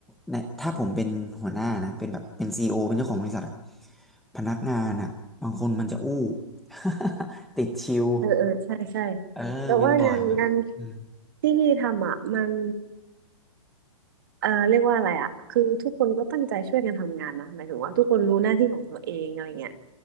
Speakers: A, in the centre; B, on the right.
A: เนี่ยถ้าผมเป็นหัวหน้านะเป็นแบบเป็นซีอีโอเป็นเจ้าของบริษัทอะพนักงานอะบางคนมันจะอู้ <laughs> ติดชิว
B: เออเออใช่ใช่
A: เออเป็นบ่อยแบบอืม
B: แต่ว่างานงานที่พี่ทำอ่ะมันเออเรียกว่าอะไรอ่ะคือทุกคนก็ตั้งใจช่วยกันทำงานนะหมายถึงว่าทุกคนรู้หน้าที่ของตัวเองอะไรเงี้ย